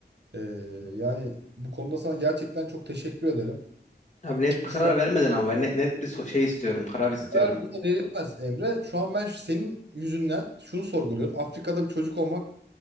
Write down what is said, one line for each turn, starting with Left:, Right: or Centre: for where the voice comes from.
Right: E, yani bu konuda sana gerçekten çok teşekkür ederim.
Left: Abi net bir
Right: Şu
Left: karar
Right: an
Left: vermeden ama ben net, net bir so- şey istiyorum, karar istiyorum.
Right: kadar buna verilmez Emre. Şu an ben senin yüzünden şunu sorguluyorum. Afrika'da bir çocuk olmak